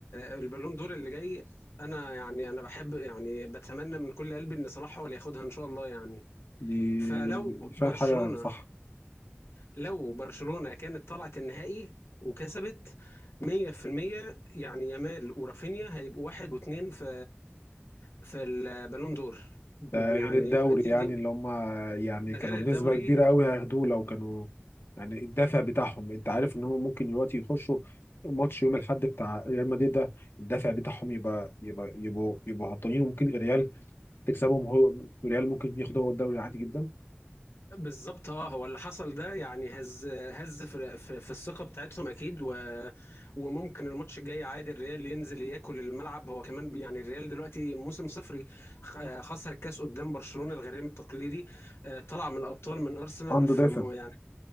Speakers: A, on the left; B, on the left.
A: البالون دور اللي جاي انا يعني انا بحب يعني بتمنى من كل قلبي ان صلاح هو اللي ياخدها ان شاء الله يعني
B: دي
A: فلو
B: دي فعلا
A: برشلونه
B: حاجه صح
A: لو برشلونة كانت طلعت النهائي وكسبت 100% يعني يامال ورافينيا هيبقوا واحد واثنين في في البالون دور
B: ده
A: يعني
B: غير الدوري يعني
A: دي
B: اللي هم يعني
A: ده
B: كانوا
A: غير
B: بنسبة
A: الدوري
B: كبيرة قوي هياخدوه لو كانوا يعني الدافع بتاعهم انت عارف ان هم ممكن دلوقتي يخشوا ماتش يوم الاحد بتاع ريال مدريد ده الدافع بتاعهم يبقى يبقى يبقوا يبقوا هبطانين وممكن ريال تكسبهم هو ريال ممكن ياخدوا هو الدوري عادي جدا
A: بالظبط اه هو اللي حصل ده يعني هز هز في, في, في الثقه بتاعتهم اكيد و وممكن الماتش الجاي عادي الريال ينزل ياكل الملعب هو كمان بي- يعني الريال دلوقتي موسم صفري خ- خسر الكاس قدام برشلونه الغريم التقليدي آه، طلع من الابطال من ارسنال
B: عنده
A: في
B: دافع
A: م- يعني